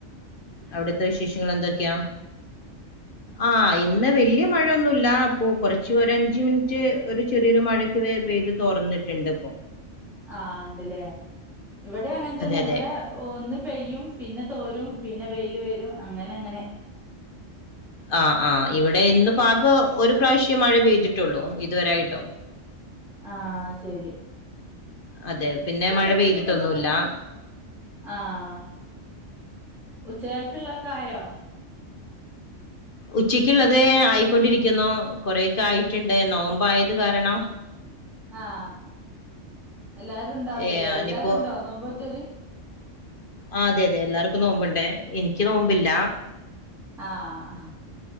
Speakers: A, on the left (about 45°); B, in the centre.
A: അവിടത്തെ വിശേഷങ്ങ എന്തൊക്കെയാ ആഹ് ഇന്ന് വല്യ മഴയൊന്നുമല്ല അപ്പൊ കുറച്ച് ഒര് അഞ്ച് മിനിറ്റ് ഒരു ചെറിയൊരു മഴക്ക് പെയ്ത് തുറന്നിട്ടുണ്ട് ഇപ്പോ
B: ആഹ് ഉണ്ടല്ലേ ഇവിടെ അങ്ങനെ തന്നെ
A: അതെ അതെ
B: ഇവിടെ ഒന്ന് പെയ്യും പിന്നെ തോരും പിന്നെ വെയില് വരും അങ്ങനെ അങ്ങനെ
A: ആഹ് ആഹ് ഇവിടെ ഇന്ന് പാക ഒരു പ്രാവശ്യം മഴ പെയ്തിട്ടുള്ളൂ ഇതുവരായിട്ടോ
B: ആഹ് ശരി
A: അതെ പിന്നെ മഴ പെയ്തിട്ടൊന്നുമല്ല
B: ആഹ് ഉച്ചക്കുള്ളൊക്കെ ആയോ
A: ഉച്ചക്കുള്ളത് ആയിക്കൊണ്ടിരിക്കുന്നു കൊറെയൊക്കെ ആയിട്ടുണ്ട് നോമ്പ് ആയത് കാരണം
B: ആഹ് എല്ലാരും ഉണ്ടാവലല്ലേ
A: ഏ ഇനിയിപ്പോ
B: എല്ലാരും ഉണ്ടോ നോമ്പോറ്റല്
A: ആഹ് അതെ അതെ എല്ലാർക്കും നോമ്പണ്ടേ എനിക്ക് നോമ്പില്ല
B: ആഹ്